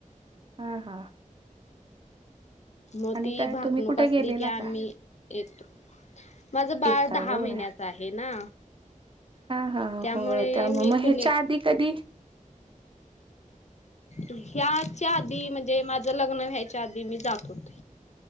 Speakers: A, on the right (about 40°); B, on the left (about 55°).
A: हा हा.
B: मग
A: आणि
B: ती
A: काय
B: भाकणूक
A: तुम्ही कुठे
B: असली
A: गेलेला
B: की आम्ही
A: का
B: येतो. माझं बाळ
A: येताय
B: दहा
A: होय
B: महिन्याच आहे ना.
A: हा हा
B: त्यामुळे
A: हो त्यामु
B: मी
A: मग
B: कुणी
A: ह्याच्या आधी कधी
B: ह्याच्या आधी म्हणजे माझ लग्न व्यायच्या आधी मी जात होत.